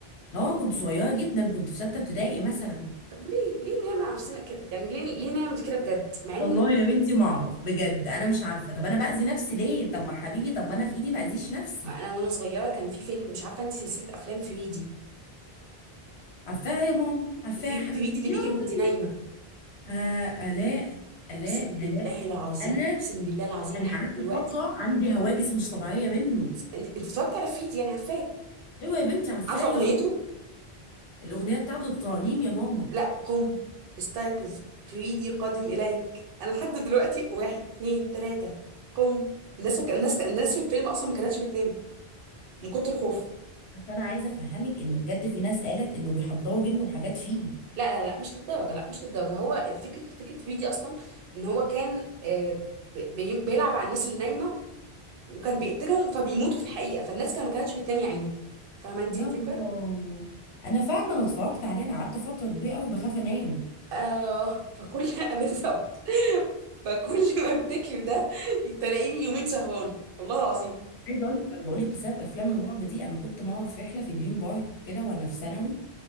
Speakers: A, on the left; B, on the right.
A: اه كنت صغيره جدا كنت في سته ابتدائي مثلا
B: طب ليه ليه نعمل على نفسنا كده يعني ليه ليه نعمل كده بجد مع ان
A: والله يا بنتي ما اعرف بجد انا مش عارفه طب انا باذي نفسي ليه طب ما حبيبي طب ما انا في ايدي ما اذيش نفسي
B: انا وانا صغيره كان في فيلم مش عارفه انت سلسله افلام فريدي
A: عفاها يا ماما عفاها
B: في
A: يا حبيبتي
B: فريدي اللي
A: ياضي
B: بيجي وانت نايمه
A: آه الاء الاء
B: اقسم بالله
A: الاء
B: العظيم
A: انا
B: اقسم بالله العظيم
A: انا
B: لحد
A: قعدت
B: دلوقتي
A: فتره عندي هواجس مش طبيعيه منه
B: س- انت انت اتفرجت على فريدي يعني عارفاه
A: ايوه يا بنتي عفاه
B: عارفه
A: يا
B: اغنيته
A: خبر الاغنيه بتاعته الترانيم يا ماما
B: لا قم استيقظ فريدي قادم اليك انا لحد دلوقتي واحد اتنين تلاته قم الناس وك... الناس الناس في الفيلم اصلا ما كانتش بتنام من كتر الخوف
A: بس انا عايزه افهمك ان بجد في ناس قالت انه بيحضروا جن وحاجات فيه
B: لا لا لا مش للدرجه لا مش للدرجه هو الفكره فكره فريدي اصلا ان هو كان آه، بي- بيلعب على الناس اللي نايمه وكان بيقتلهم فبيموتوا في الحقيقة فالناس كان ما كانتش بتنام يا عيني فاهمة انت
A: يا
B: الفكرة؟
A: الله انا فاهمه انا اتفرجت عليه انا قعدت فتره كبيره قوي بخاف انام
B: آه فكل <laughs> بالظبط فكل ما افتكر ده تلاقيني يومين سهرانة والله العظيم
A: عايزه اقول لك انا بقول لك بسبب افلام الرعب دي انا كنت ماما في رحله في دريم بارك كده وانا في ثانوي